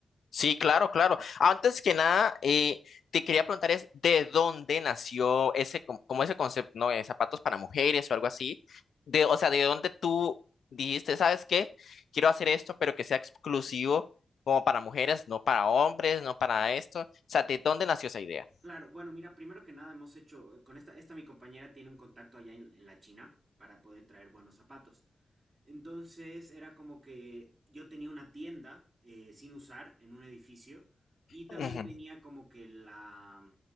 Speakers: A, on the left; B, on the right.
A: Sí, claro, claro. Antes que nada, eh, te quería preguntar es de dónde nació ese, co- como ese concepto, ¿no? de zapatos para mujeres o algo así. De, o sea, de dónde tú dijiste, ¿sabes qué? Quiero hacer esto, pero que sea exclusivo como para mujeres, no para hombres, no para esto. O sea, ¿de dónde nació esa idea?
B: Claro, bueno, mira, primero que nada hemos hecho, eh, con esta, esta mi compañera tiene un contacto allá en, en la China para poder traer buenos zapatos. Entonces era como que yo tenía una tienda eh, sin usar en un edificio y también
A: Ujú,
B: tenía como que la,